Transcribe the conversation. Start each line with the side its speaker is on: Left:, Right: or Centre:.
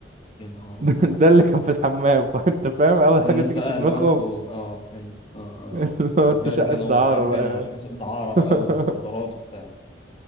Left: يا نهار
Right: <laughs>
Left: ازرق
Right: ده اللي كان في الحمام <laughs> فانت فاهم اول
Left: فالناس
Right: حاجه تيجي
Left: بقى
Right: في دماغهم
Left: اللي هو انتوا اه فهمت اه آه.
Right: <laughs> اللي هو
Left: ده
Right: انتوا
Left: الرجاله
Right: شقه
Left: دي كانوا
Right: دعاره
Left: خاربينها
Right: بقى
Left: عشان كانت دعاره
Right: <laughs>
Left: بقى ومخدرات وبتاع